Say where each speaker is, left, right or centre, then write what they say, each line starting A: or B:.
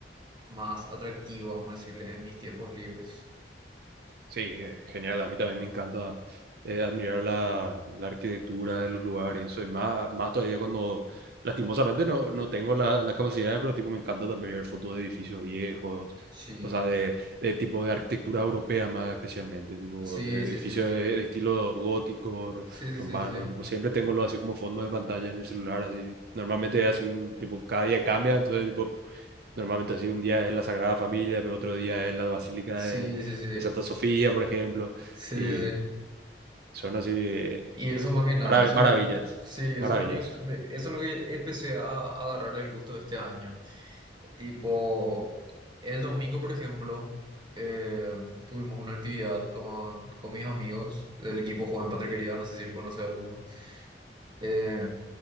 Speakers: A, on the right; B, on the right.
A: más atractivo, vamos a decirle, en mis tiempos libres.
B: Sí, eh, genial. A mí también me encanta eh, admirar la, la arquitectura de los lugares. Soy más, más todavía cuando, lastimosamente, no, no tengo la, la capacidad, pero tipo, me encanta también ver fotos de edificios viejos,
A: Sí,
B: o sea, de, de tipo de arquitectura europea más especialmente, tipo
A: sí,
B: de
A: sí,
B: edificios
A: sí, sí.
B: de, de estilo gótico, r-
A: Sí,
B: romano.
A: sí, sí,
B: Tipo, siempre tengo lo así como fondo de pantalla en el celular. Así. Normalmente, así, un- tipo, cada día cambia, entonces, tipo, normalmente así, un día es la Sagrada Familia, pero otro día es la Basílica
A: sí,
B: de
A: sí, sí,
B: de
A: sí,
B: Santa Sofía, por ejemplo,
A: sí,
B: y
A: sí. sí.
B: son así eh,
A: Y
B: co-
A: eso
B: eh,
A: más que nada,
B: marav-
A: eso,
B: maravillas,
A: sí, eso
B: maravillas.
A: es lo que, me- me- eso es lo que empecé a, a agarrarle el gusto de este año. Tipo, el domingo, por ejemplo, eh, tuvimos una actividad con, con mis amigos del equipo Joven Patriquería, no sé si lo conoce alguno. Eh,